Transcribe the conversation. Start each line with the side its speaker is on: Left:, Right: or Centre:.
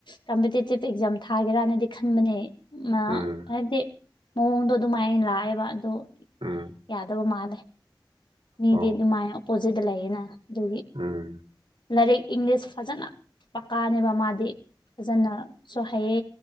Left: ꯀꯝꯄꯤꯇꯤꯇꯤꯞ ꯑꯦꯛꯖꯥꯝ ꯊꯥꯒꯦꯔꯥꯅꯗꯤ ꯈꯟꯕꯅꯦ ꯃꯥ
Right: ꯎꯝ
Left: ꯍꯥꯏꯕꯗꯤ ꯃꯑꯣꯡꯗꯣ ꯑꯗꯨꯃꯥꯏꯅ ꯂꯥꯛꯑꯦꯕ ꯑꯗꯣ
Right: ꯎꯝ
Left: ꯌꯥꯗꯕ ꯃꯥꯜꯂꯦ ꯃꯤꯗꯤ
Right: ꯑꯣ
Left: ꯑꯗꯨꯃꯥꯏꯅ ꯑꯣꯄꯣꯖꯤꯠꯇ ꯂꯩꯌꯦꯅ ꯑꯗꯨꯒꯤ
Right: ꯎꯝ
Left: ꯂꯥꯏꯔꯤꯛ ꯏꯪꯂꯤꯁ ꯐꯖꯅ ꯄꯛꯀꯥꯅꯦꯕ ꯃꯥꯗꯤ ꯐꯥꯖꯅ ꯁꯣ ꯍꯩꯌꯦ